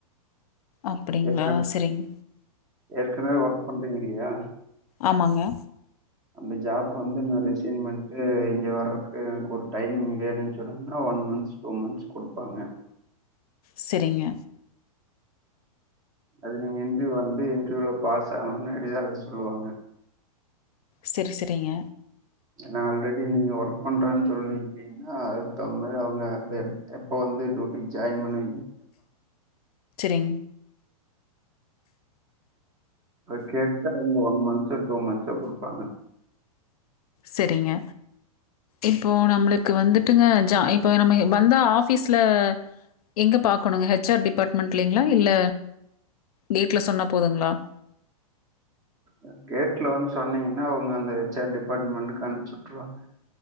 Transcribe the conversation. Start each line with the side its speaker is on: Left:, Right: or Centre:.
Left: அப்படிங்களா?
Right: ஏற்கன
Left: சரிங்க.
Right: ஏற்கனவே ஒர்க் பண்றீங்க இல்லையா
Left: ஆமாங்க
Right: அந்த ஜாப் வந்து நா ரிசைன் பண்ட்டு இங்க வர்றக்கு எனக்கு ஒரு டைம் வேணும்னு சொன்னனா ஒன் மந்த்ஸ் டூ மந்த்ஸ் கொடுப்பாங்க
Left: சரிங்க
Right: அது நீங்க இன்டர்வியூ வந்து இன்டர்வியூல பாஸ் ஆகணும்னு அடிதா அத சொல்லுவாங்க
Left: சரி சரிங்க
Right: நா ஆல்ரெடி நீங்க ஒர்க் பண்றேன்னு சொல்லீீருகிங்கன்னா அதுக்கு தகுந் மாரி அவங்க எப்ப வ டூட்டி ஜாய்ன் பண்ணி
Left: சரிங்
Right: அத கேட்டுட்டா அவங்க ஒன் மந்த்ஸ் டூ மந்த்ஸ் குடுப்பாங்க
Left: சரிங்க இப்போ நம்மளுக்கு வந்துட்டுங்க ஜா இப்போ நம்ம வந்தா ஆபீஸ்ல எங்க பாக்கணுங்க ஹச்ஆர் டிபார்ட்மெண்ட்ளங்களா இல்ல டேட்ல சொன்னா போதுங்களா
Right: ஆ கேட்ல வந்து சொன்னீங்கன்னா அவங்க அந்த ஹச்ஆர் டிபார்ட்மெண்ட்க்கு அனுப்பிச்சிட்டுருவாங்க